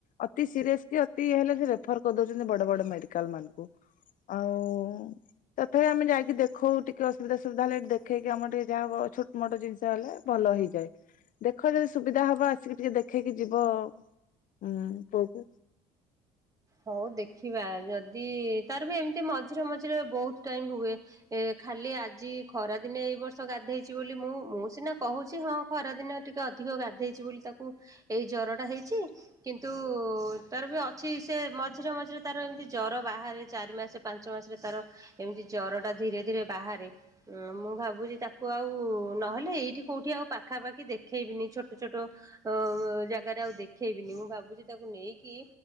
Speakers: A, on the left; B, on the right.
A: ଅତି ସିରିଏସ କି ଅତି ଇଏ ହେଲେ, ସେ ରେଫର କରିଦଉଛନ୍ତି ବଡ ବଡ ମେଡିକାଲ ମାନଙ୍କୁ। ଆଉ ତଥାପି ଆମେ ଯାଇକି ଦେଖଉ, ଟିକେ ଅସୁବିଧା ସୁବିଧା ହେଲେ, ଏ ଦେଖେଇକି ଆମ ଟିକେ ଯାହାବ ଛୋଟ ମୋଟ ଜିନିଷ ହେଲେ ଭଲ ହେଇ ଦେଖ ଯଦି ସୁବିଧା ହବ, ଆସିକି ଟିକେ ଦେଖେଇକି ଯିବ, ଉଁ ପୁଅକୁ।
B: ହଉ ଦେଖିବା ଯଦି, ତାର ବି ଏମିତି ମଝିରେ ମଝିରେ ବହୁତ ଟାଇମ ହୁଏ। ଏ ଖାଲି ଆଜି ଖରାଦିନେ ଏଇ ବର୍ଷ ଗାଧେଇଛି ବୋଲି, ମୁଁ, ମୁଁ ସିନା କହୁଛି ହଁ ଖରାଦିନ ଟିକେ ଅଧିକ ଗାଧେଇଚି ବୋଲି ତାକୁ ଏଇ ଜର ଟା ହେଇଚି କିନ୍ତୁ ତାର ବି ଅଛି, ସେ ସେ ମଝିରେ ମଝିରେ ତାର ଏମିତି ଜର ବାହାରେ, ଚାରି ମାସ ପାଞ୍ଚ ମାସରେ ତାର ଏମିତି ଜର ଟା ଧୀରେ ଧୀରେ ବାହାରେ। ଅଁ ମୁଁ ଭାବୁଚି, ତାକୁ ଆଉ ନହେଲେ ଏଇଠି କୋଉଠି ଆଉ ପାଖାପାଖି ଦେଖେଇବିନି ଛୋଟ ଛୋଟ ଅ ଜାଗାରେ ଆଉ ଦେଖେଇବିନି, ମୁଁ ଭାବୁଚି ତାକୁ ନେଇକି